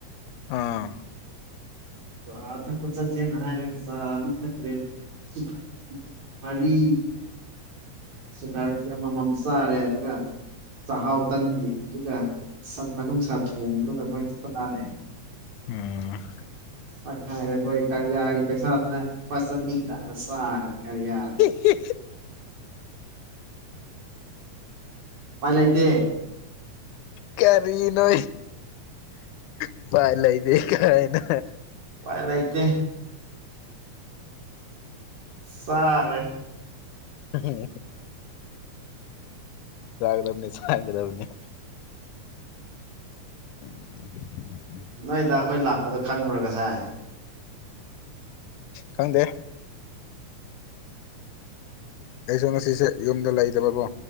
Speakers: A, on the left (about 85°); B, on the right (about 65°).
A: ꯑꯥ
B: ꯑꯥ ꯊꯛꯄꯥ ꯆꯠꯁꯦꯅ ꯍꯥꯏꯔꯒꯥ ꯆꯥꯗꯤ ꯊꯛꯇꯔꯦ <unintelligible> ꯃꯔꯤ ꯁꯨꯀꯔꯇꯤ ꯑꯃꯃꯝ ꯆꯥꯔꯦ ꯑꯗꯨꯒ ꯆꯥꯛꯍꯥꯎ ꯇꯟꯒꯤ ꯑꯗꯨꯒ ꯁꯟ ꯃꯅꯨꯡꯁꯥ ꯊꯣꯡꯕꯗꯨꯒꯥ ꯑꯩꯈꯣꯏ ꯆꯥꯔꯦ
A: ꯎꯝ
B: ꯆꯥꯛꯈꯥꯏꯔꯦ ꯑꯩꯈꯣꯏ ꯀꯔꯤꯌꯥꯒꯤ ꯄꯩꯁꯥꯅ ꯂꯨꯄꯥ ꯆꯅꯤ ꯇꯥꯔ ꯆꯥꯈ꯭ꯔꯦ ꯀꯔꯤꯌꯥꯒꯤ
A: ꯍꯤ <unintelligible>
B: ꯎꯄꯥꯏ ꯂꯩꯇꯦ
A: ꯀꯔꯤꯅꯣ ꯎꯄꯥꯏ ꯂꯩꯇꯦ ꯀꯥꯏꯅꯣ
B: ꯎꯄꯥꯏ ꯂꯩꯇꯦ ꯆꯥꯒ꯭ꯔꯦ
A: ꯎ ꯆꯒꯔꯝꯅꯤ ꯆꯒꯗꯝꯅꯤ ꯑ
B: ꯅꯣꯏꯗ ꯑꯩꯈꯣꯏ ꯂꯥꯛꯄꯗ ꯈꯪꯕ꯭ꯔꯥ ꯉꯁꯥꯏ
A: ꯈꯪꯗꯦ ꯑꯩꯁꯨ ꯉꯁꯤꯁꯦ ꯌꯨꯝꯗ ꯂꯩꯇꯕꯀꯣ